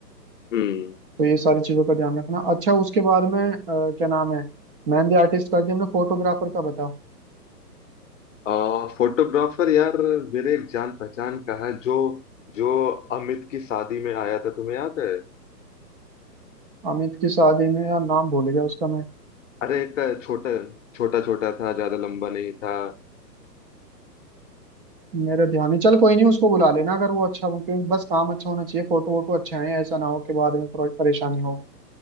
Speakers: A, on the left; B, on the right.
A: हम्म
B: तो ये सारी चीजों का ध्यान रखना अच्छा उसके बाद में अ, क्या नाम है मेहंदी आर्टिस्ट कर दिया हमने फोटोग्राफर का बता
A: आ, फोटोग्राफर यार मेरे एक जान पहचान का है जो जो अमित की शादी में आया था तुम्हें याद है
B: अमित की शादी में यार नाम भूल गया उसका मैं
A: अरे एक छोटा छोटा छोटा था ज्यादा लंबा नहीं था
B: मेरे ध्यान नहीं चल कोई नहीं उसको बुला लेना अगर वो अच्छा हो क्योंकि बस काम अच्छा होना चाहिए फोटो वोटो अच्छा है ऐसा ना हो कि बाद में परेशानी हो